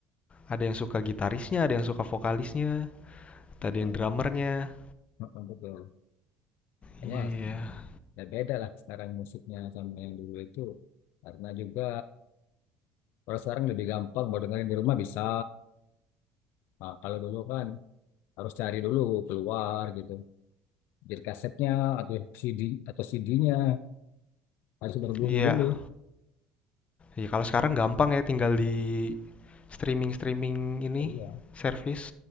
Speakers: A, on the left; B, on the left.
A: ada yang suka gitarisnya, ada yang suka vokalisnya, ada yang
B: Mm,
A: drummernya.
B: mm, betul Kayaknya
A: Iya iya.
B: ya beda lah sekarang musiknya sama yang dulu itu karena juga orang sekarang lebih gampang mau dengerin di rumah bisa Nah, kalau dulu kan harus cari dulu keluar gitu. Jadi kasetnya atau CD atau CD-nya harus berburu
A: Iya.
B: dulu.
A: Ya kalau sekarang gampang ya tinggal di streaming-streaming ini
B: Ya, iya,
A: service.